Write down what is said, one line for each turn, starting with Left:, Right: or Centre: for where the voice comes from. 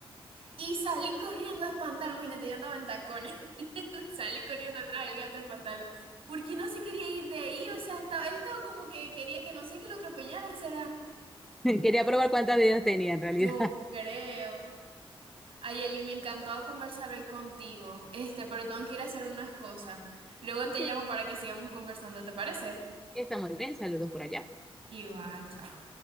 Right: Y salí corriendo a espantarlo, imagínate, yo andaba en tacones. <laughs> Salí corriendo atrás del gato a espantarlo. Porque no se quería ir de ahí, o sea, estaba, él estaba como que quería que no sé que lo atropellaran, será.
Centre: <laughs> Quería probar cuántas vidas tenía en realidad.
Right: Yo
Centre: <laughs>
Right: creo. Ay, Eli, me encantó conversar hoy contigo. Este, pero tengo que ir a hacer unas cosas. Luego
Centre: Ok,
Right: te llamo para que sigamos conversando, ¿te parece?
Centre: Está muy bien, saludos por allá.
Right: Igual, chao.